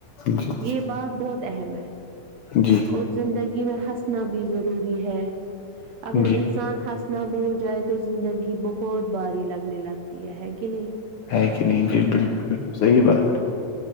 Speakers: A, on the left (about 70°); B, on the right (about 65°).
A: جی
B: یہ بات بہت اہم ہے
A: جی
B: اور زندگی میں ہنس نا بھی ضروری ہے اگر
A: جی
B: انسان ہس اتنا بھول جائے تو زندگی بہت باری لگنے لگتی ہے کہ نہیں
A: ہے کہ نہیں جی بالکل بکل صحیح بات